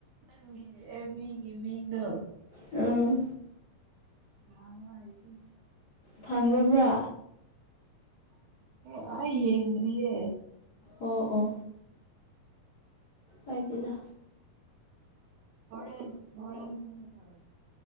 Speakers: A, on the right (about 70°); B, on the left (about 45°).
A: ꯅꯪꯒꯤ ꯑꯦ ꯃꯤꯒꯤ ꯃꯤꯡꯗ
B: ꯑ
A: ꯑ ꯍꯥꯏꯥꯏꯇ
B: ꯐꯪꯒꯕ꯭ꯔꯥ
A: ꯍꯪꯌꯦꯡꯔꯤꯌꯦ
B: ꯑꯣ ꯑꯣ ꯑꯣꯏꯗꯨꯗ
A: ꯍꯔꯦꯟ ꯍꯔꯦꯟ ꯀꯅꯔ